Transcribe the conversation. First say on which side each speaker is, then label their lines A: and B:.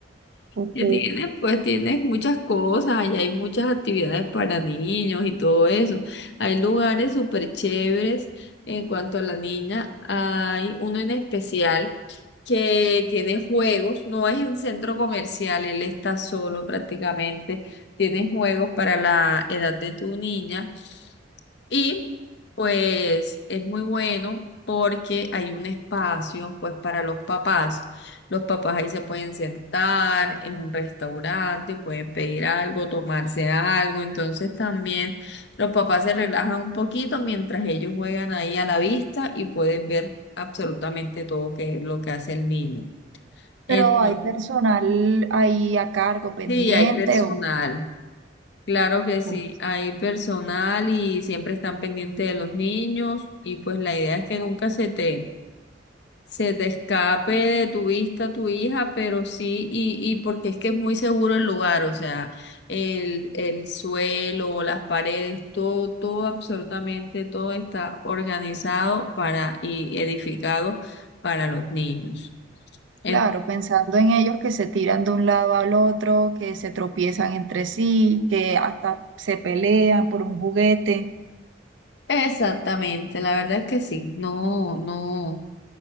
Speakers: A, on the right; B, on the left.
A: Ok,
B: Ya tienes, pues tienes muchas cosas, y hay muchas actividades para niños y todo eso. Hay lugares súper chéveres. En cuanto a la niña, hay uno en especial que tiene juegos, no es en centro comercial, él está solo prácticamente. Tiene juegos para la edad de tu niña. Y pues es muy bueno porque hay un espacio pues para los papás. Los papás ahí se pueden sentar en un restaurante, pueden pedir algo, tomarse algo. Entonces también los papás se relajan un poquito mientras ellos juegan ahí a la vista y pueden ver absolutamente todo que, lo que hace el niño. Entonces,
A: pero hay personal ahí a cargo pendiente
B: sí, hay personal.
A: o,
B: Claro que sí,
A: o-
B: hay personal y siempre están pendientes de los niños y pues la idea es que nunca se te, se te escape de tu vista tu hija, pero sí, y, y porque es que es muy seguro el lugar, o sea, el, el suelo, las paredes, todo, todo, absolutamente todo está organizado para y edificado para los niños. En-
A: claro, pensando en ellos que se tiran de un lado al otro, que se tropiezan entre sí, que hasta se pelean por un juguete.
B: exactamente, la verdad es que sí, no, no.